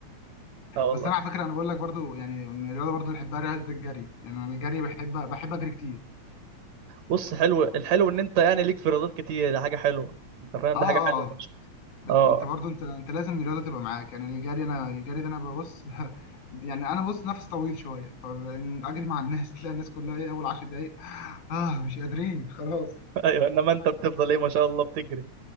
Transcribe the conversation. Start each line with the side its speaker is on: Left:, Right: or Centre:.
Right: اه والله
Left: بس انا على فكره انا بقول لك برضه يعني من الرياضه برضه اللي بحبها رياضه الجري يعني انا الجري بحب بحب اجري كتير
Right: بص حلو الحلو ان انت يعني ليك في رياضات كتير ده حاجه حلوه انت فاهم
Left: اه
Right: ده
Left: اه
Right: حاجه حلوه
Left: آه.
Right: فشخ
Left: ب... انت
Right: اه
Left: برضه انت انت لازم الرياضه تبقى معاك يعني الجري انا الجري ده انا ببص <laughs> يعني انا بص نفس طويل شويه فاجري مع الناس تلاقي الناس كلها ايه اول 10 دقايق <laughs> اه مش قادرين خلاص
Right: <laughs> ايوه انما انت بتفضل ايه ما شاء الله بتجري